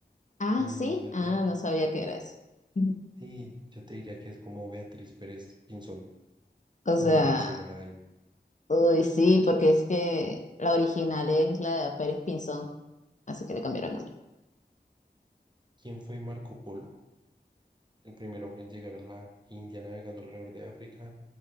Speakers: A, on the left (about 45°); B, on the right (about 25°).
A: Ah,
B: mm,
A: sí,
B: yo
A: ah,
B: te,
A: no sabía que era eso. <laughs>
B: sí, yo te diría que es como Beatriz Pérez Pinzón.
A: O sea.
B: No, Echegaray.
A: Uy, sí, porque es que la original es la de Pérez Pinzón, así que le cambiaron el nombre.
B: ¿Quién fue Marco Polo? El primer hombre en llegar a la India navegando alrededor de África,